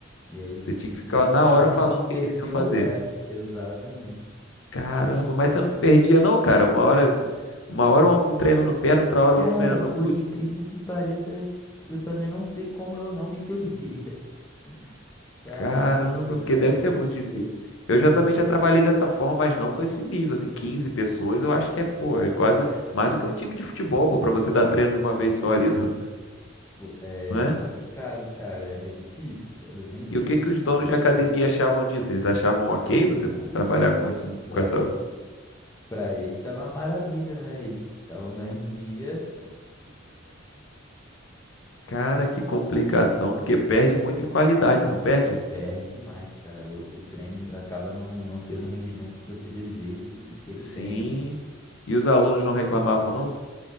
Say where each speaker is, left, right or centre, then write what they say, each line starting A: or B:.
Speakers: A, on the left; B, on the left.
A: E aí
B: Você
A: a gente
B: tinha
A: tem
B: que
A: que
B: ficar
A: criar
B: na hora
A: um,
B: falando
A: um perfil,
B: o que que eles iam fazer.
A: é, exatamente.
B: Caramba, mas você não se perdia não, cara? Uma hora, uma hora um um treinando perna, outra hora
A: Cara,
B: outro treinando
A: por
B: glúteo.
A: incrível que pareça, eu também não sei como eu não me perdia. <laughs> Caramba,
B: Caramba,
A: cara,
B: porque
A: era,
B: deve
A: era
B: ser muito
A: doideira.
B: difícil. Eu já
A: Muito.
B: também já trabalhei dessa forma, mas não com esse nível, assim, 15 pessoas, eu acho que é, pô, é quase mais do que um time de futebol, pô, pra você dar treino de uma vez só ali, <laughs> não,
A: Pô, É
B: não é?
A: complicado, cara, é difícil, cara. Eu nem sei
B: E o
A: como
B: que que
A: que eu
B: os
A: conseguia.
B: donos de academia achavam disso? Eles achavam ok
A: Ah,
B: você trabalhar com esse,
A: para
B: com essa...
A: eles, para eles estava uma maravilha, né? Eles estavam ganhando dinheiro.
B: Cara, que complicação, porque perde muito em qualidade, não perde?
A: Perde demais, cara. O, o treino acaba não, não tendo o rendimento que você deseja que, que ele
B: Sim.
A: tenha.
B: E os alunos não reclamavam, não?